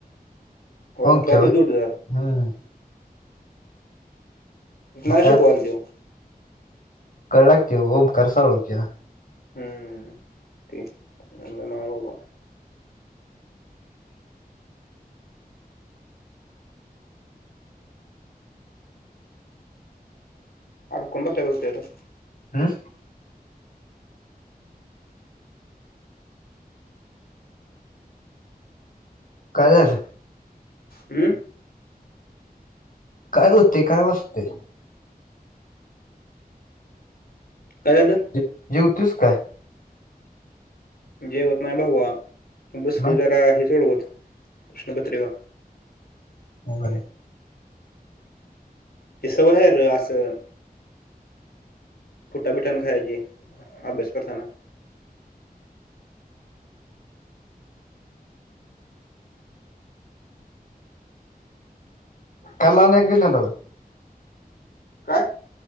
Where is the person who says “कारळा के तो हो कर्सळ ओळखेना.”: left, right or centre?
Left